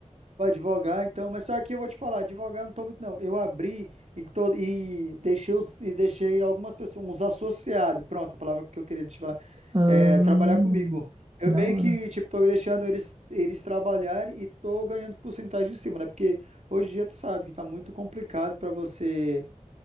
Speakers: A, on the right; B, on the right.
A: pra advogar, então, mas só que eu vou te falar, advogar eu não tô muito não. Eu abri e, to- e deixei os... e deixei algumas pessoas, uns associados, pronto, a palavra que eu queria te falar,
B: Ah,
A: é, trabalhar comigo. Eu
B: da
A: meio
B: hora.
A: que, tipo, tô deixando eles, eles trabalharem e tô ganhando porcentagem em cima, né? Porque hoje em dia tu sabe que tá muito complicado pra você